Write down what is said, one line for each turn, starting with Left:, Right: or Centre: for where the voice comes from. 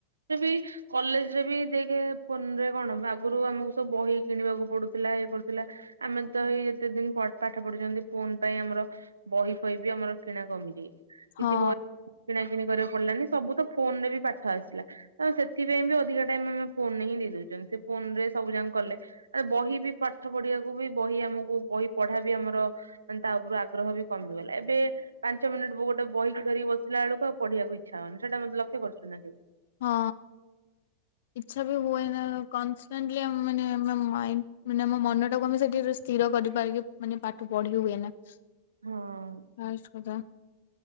Right: ବି <inaudible> କଲେଜ ରେ ବି ଦେଇ ଫୋନରେ କଣ ଆଗରୁ ଆମକୁ ସବୁ ବହି କିଣିବାକୁ ପଡୁଥିଲା ଇଏ କରୁଥିଲା। ଆମେ ତ ଏଇ ଯେତେ ଦିନ ପାଠ ପଢୁଛନ୍ତି ଫୋନ ପାଇଁ ଆମର। ବହି ପଇ ବି ଆମର କିଣା କମିଯାଇଛି। କିଛି
Left: ହଁ
Right: ବହି ପଇ କିଣା କିିଣି କରିବାକୁ ପଡିଲାନି ସବୁ ତ ଫୋନରେ ବି ପା ଆସିଲା ତ ସେଥିପାଇଁ ବି ଅଧିକା ଟାଇମ ଆମେ ଫୋନ ହିଁ ଦେଇ ଦଉଛନ୍ତି ସେ ଫୋନ ରେ ସବୁ ଯାଙ୍କ କଲେ। ଆ ବହି ବି ପାଠ ପଢିବାକୁ ବି ବହି ଆମକୁ ବହି ପଢା ବି ଆମର ମାନେ ତା ଉପରୁ ଆଗ୍ରହ ବି କମିଗଲା ଏବେ। ପାଞ୍ଚ ମିନିଟ ମୁଁ ବହି ଗୋଟେ ଧରି କି ବସିଲା ବେଳକୁ ଆଉ ପଡ଼ିବାକୁ ଇଚ୍ଛା ହଉନି ସେଟା ମତେ ଲକ୍ଷ କରୁଛୁ ନାବେ।
Left: ହଁ। ଇଚ୍ଛା ବି ହୁଏ ନା କନଣ୍ଟ <inaudible> ମାନେ ଆ ମ ମାନେ ଆମ ମନଟାକୁ ଆମେ ସେଠି ସ୍ଥିର କରିପାରିକି ମାନେ ପାଠ ପଢି ହୁଏ ନା ପାଷ୍ଟେ
Right: ହଁ।
Left: କଥା।